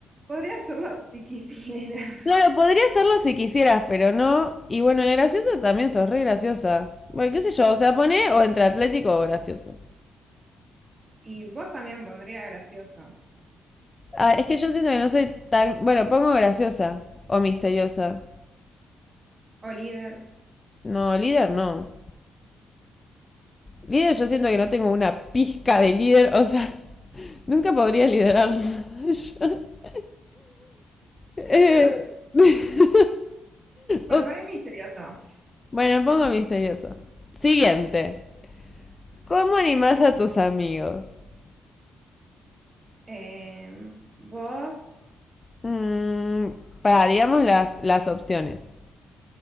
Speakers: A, on the right; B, on the left.
A: Podría hacerlo si quisiera. <laughs>
B: Claro, podría serlo si quisieras, pero no. Y bueno, el gracioso también sos re graciosa. Bueno, qué sé yo, o sea, pone o entre atlético o gracioso.
A: Y vos también pondría gracioso.
B: Ah, es que yo siento que no soy tan. Bueno, pongo graciosa o misteriosa.
A: O líder.
B: No, líder no. Líder yo siento que no tengo una pizca de líder, o sea, <laughs> nunca podría liderar <laughs> Eh,
A: <laughs>
B: <laughs>
A: Bueno,
B: ups.
A: poner misterioso.
B: Bueno, pongo misterioso. Siguiente. ¿Cómo animás a tus amigos?
A: Em, vos.
B: Mm, pararíamos las, las opciones.